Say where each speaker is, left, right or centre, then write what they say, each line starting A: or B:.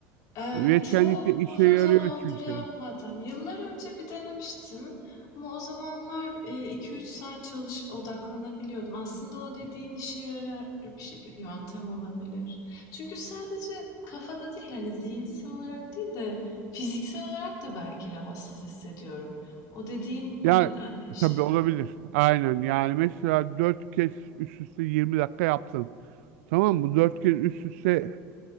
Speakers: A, on the left; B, on the right.
A: E,
B: Bu Üretkenlikte
A: çok
B: işe
A: uzun
B: yarıyor
A: zamandır
B: çünkü.
A: yapmadım. Yıllar önce bir denemiştim ama o zamanlar e, 2-3 saat çalışıp odaklanabiliyordum. Aslında o dediğin işe yarar bir şey- bir yöntem olabilir. Çünkü sadece kafada değil hani zihinsel olarak değil de fiziksel olarak da belki rahatsız hissediyorum. O dediğin o
B: Ya
A: nedenle işe
B: tabii
A: yarar.
B: olabilir. Aynen. Yani mesela 4 kez üst üste 20 dakika yaptın. Tamam mı? dört kez üst üste